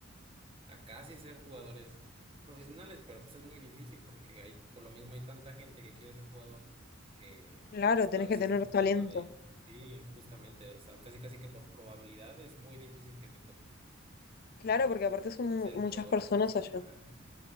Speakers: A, on the right; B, on the left.
A: a casi ser jugadores profesionales, pero pues es muy difícil porque hay, por lo mismo hay tanta gente que quiere ser jugador que
B: Claro,
A: hasta
B: tenés
A: a veces
B: que tener
A: es un
B: talento.
A: tema de, sí, justamente, o sea, casi casi que por probabilidad es muy difícil que te toque
B: Claro, porque aparte son
A: ser
B: mu-
A: jugador
B: muchas personas
A: profesional.
B: allá.